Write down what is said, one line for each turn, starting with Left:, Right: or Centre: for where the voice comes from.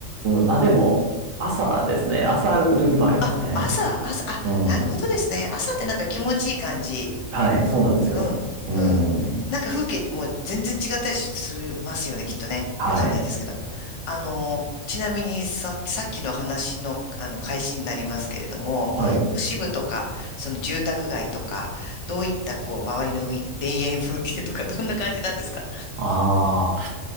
Right: ん。あ、でも、朝ですね。朝歩く時もありますね。
Left: あ、朝、朝、あ、
Right: うん。
Left: なるほどですね。朝ってなんか気持ちいい感じ。
Right: はい、そうなんですよ。
Left: うん、
Right: うん。
Left: うん。なんか風景も全然違ったりしますよね、きっとね。
Right: はい。
Left: わかんないんですけど。あの、ちなみにさ、さっきの話の、あの、開始になりますけれども、
Right: はい。
Left: 都市部とか、その住宅街とか、どういった、こう、周りの雰囲気、田園風景とか、どんな感じなんですか
Right: ああ、